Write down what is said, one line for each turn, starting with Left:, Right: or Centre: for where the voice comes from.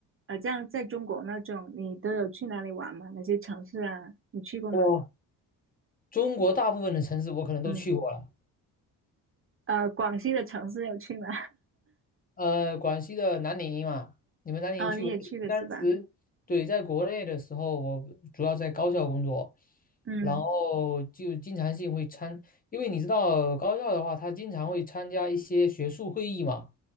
Right: 呃，这样在中国那种，你都有去哪里玩吗？哪些城市啊？你去过吗？
Left: 我中国大部分的城市我可能都去过了，
Right: 嗯，呃，广西的城市有去吗？
Left: 呃，广西的南宁嘛，你们南宁去过？
Right: <laughs> 哦，你也去了是吧？
Left: 当时对，在国内的时候，我主要在高校工作，
Right: 嗯。
Left: 然后就经常性会参，因为你知道高校的话，他经常会参加一些学术会议嘛，